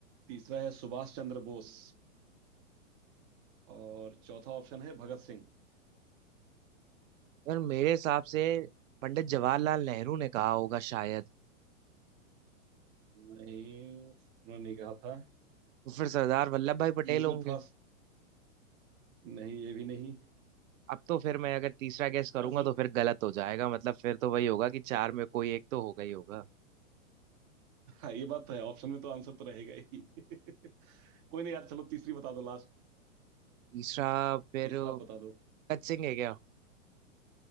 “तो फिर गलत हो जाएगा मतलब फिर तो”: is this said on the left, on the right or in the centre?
Right